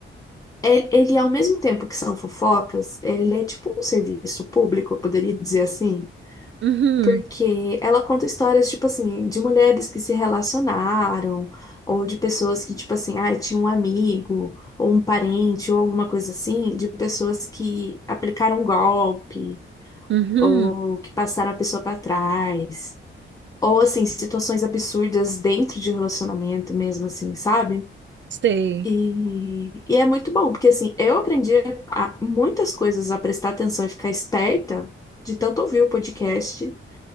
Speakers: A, on the left; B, on the right.
A: Ele, ele, ao mesmo tempo que são fofocas, ele é tipo um serviço público, eu poderia dizer assim,
B: Uhum.
A: porque ela conta histórias, tipo assim, de mulheres que se relacionaram, ou de pessoas que, tipo assim, ah, tinha um amigo, ou um parente, ou alguma coisa assim, de pessoas que aplicaram golpe,
B: Uhum.
A: ou que passaram a pessoa para trás, ou assim, situações absurdas dentro de relacionamento mesmo, assim, sabe?
B: Sei.
A: E, e é muito bom, porque assim, eu aprendi a- muitas coisas a prestar atenção e ficar esperta de tanto ouvir o podcast